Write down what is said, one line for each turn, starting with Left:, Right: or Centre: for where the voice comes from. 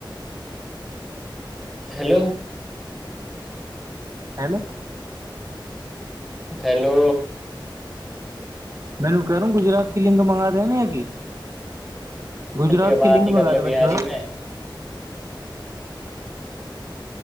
Centre: हेलो
Right: हैलो
Centre: हैलो
Right: मैनू करूं गुजरात किलिंग मंगा दे ने य की गुजरात
Centre: फर त य बात
Right: की लिंक
Centre: ही
Right: मंगा
Centre: करले
Right: दे बछुआ
Centre: बिहारी मे